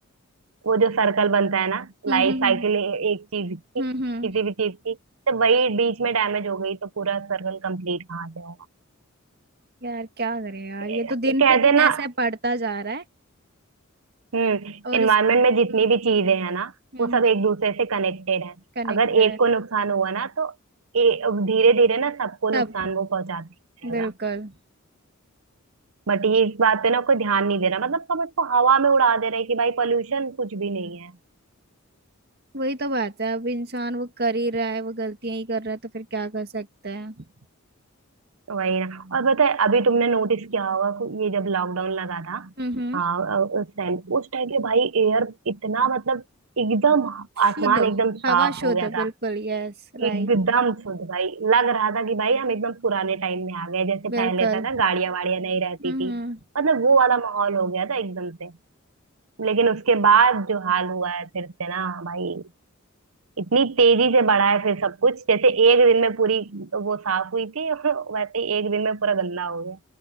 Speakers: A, on the right; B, on the right.
A: वो जो सर्कल बनता है ना
B: हम्म
A: लाइफ
B: हम्म हम्म
A: साइकिल एक चीज की
B: हम्म
A: किसी
B: हम्म।
A: भी चीज की तो वही बीच में डैमेज हो गई तो पूरा सर्कल कंप्लीट कहाँ से होगा
B: यार क्या करें यार
A: ये
B: ये तो दिन
A: कहते
B: पे दिन
A: हैं ना
B: ऐसे बढ़ता जा रहा है
A: हम्म
B: और
A: एनवायरमेंट
B: इस
A: में जितनी
B: हम्म
A: भी चीजें हैं ना
B: हम्म
A: वो सब एक दूसरे से कनेक्टेड है
B: कनेक्टेड
A: अगर एक
B: है
A: को नुकसान हुआ ना तो धीरे धीरे ना सबको
B: सब
A: नुकसान वो पहुंचाते रहेगा
B: बिल्कुल
A: बट ये इस बात पे ना कोई ध्यान नहीं दे रहा मतलब सब इसको हवा में उड़ा दे रहे हैं कि भाई पोल्यूशन कुछ भी नहीं है
B: वही तो बात है अब इंसान वो कर ही रहा है वो गलतियां ही कर रहा है तो फिर क्या कर सकते हैं
A: वही ना और पता है अभी तुमने नोटिस किया होगा कि ये जब लॉकडाउन लगा था
B: हम्म
A: हाँ अ, उस टाइम उस टाइम पे भाई एयर इतना मतलब एकदम
B: शुद्ध
A: आसमान एकदम साफ
B: हवा शुद्ध
A: हो गया
B: बिल्कुल
A: था
B: Yes right
A: एकदम शुद्ध भाई लग रहा था कि भाई हम एकदम पुराने टाइम में आ गए जैसे
B: बिल्कुल
A: पहले था ना गाड़ियां वाड़ियां नहीं रहती
B: हम्म
A: थी मतलब वो वाला माहौल हो गया था एकदम से लेकिन उसके बाद जो हाल हुआ है फिर से ना भाई इतनी तेजी से बढ़ा है फिर सब कुछ जैसे एक दिन में पूरी वो साफ हुई थी <laughs> वैसे ही एक दिन में पूरा गंदा हो गया